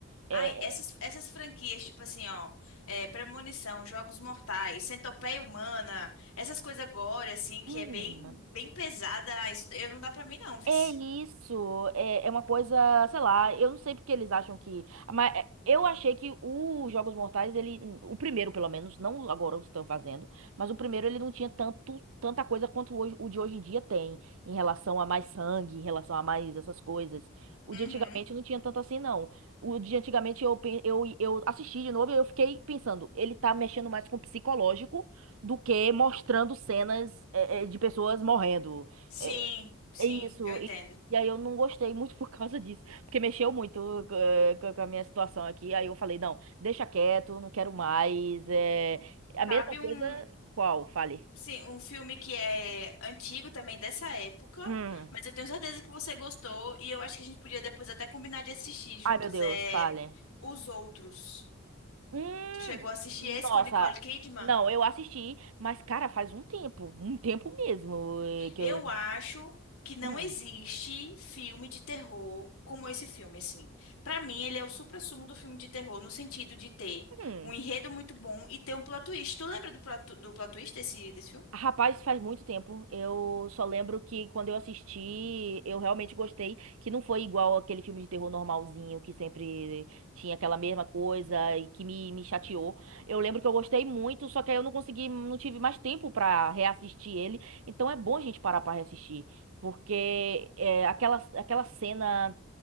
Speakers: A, on the right; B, on the left.
A: É,
B: Ai, essas, essas franquias, tipo assim, ó, é, Premonição, Jogos Mortais, Centopeia Humana, essas coisas agora, assim, que
A: hum.
B: é bem, bem pesada, ah, isso eu- não dá pra mim não, vice.
A: É isso, é, é uma coisa, sei lá, eu não sei porque eles acham que, mas é, eu achei que os Jogos Mortais, ele, o primeiro pelo menos, não agora os estão fazendo, mas o primeiro ele não tinha tanto, tanta coisa quanto hoje, o de hoje em dia tem, em relação a mais sangue, em relação a mais essas coisas. O
B: Uhum.
A: de antigamente não tinha tanto assim, não. O de antigamente eu, pe- eu, eu assisti de novo e eu fiquei pensando, ele tá mexendo mais com o psicológico do que mostrando cenas, é, é, de pessoas morrendo.
B: Sim,
A: É,
B: sim,
A: é isso.
B: eu entendo.
A: E, e aí eu não gostei muito por causa disso, porque mexeu muito eh, co- com a minha situação aqui. Aí eu falei, não, deixa quieto, não quero mais. É... A
B: Sabe
A: mesma coisa,
B: um,
A: qual? Fale.
B: Sim, um filme que é antigo também dessa época,
A: Hum.
B: mas eu tenho certeza que você gostou e eu acho que a gente podia depois até combinar de assistir juntos
A: Ai, meu Deus,
B: É
A: fale.
B: Os Outros.
A: Hum,
B: Tu chegou a assistir esse
A: nossa.
B: com a Nicole Kidman?
A: Não, eu assisti, mas, cara, faz um tempo, um tempo mesmo eh, que
B: Eu
A: eu...
B: acho que não
A: Hum.
B: existe filme de terror como esse filme, assim. Pra mim, ele é o suprassumo do filme de terror no sentido de ter
A: Hum.
B: um enredo muito bom e ter um plot twist. Tu lembra do plot, do plot twist desse, desse filme?
A: Rapaz, faz muito tempo. Eu só lembro que quando eu assisti, eu realmente gostei, que não foi igual aquele filme de terror normalzinho, que sempre tinha aquela mesma coisa e que me, me chateou. Eu lembro que eu gostei muito, só que aí eu não consegui, não tive mais tempo pra reassistir ele. Então é bom a gente parar pra reassistir, porque é, aquela, aquela cena.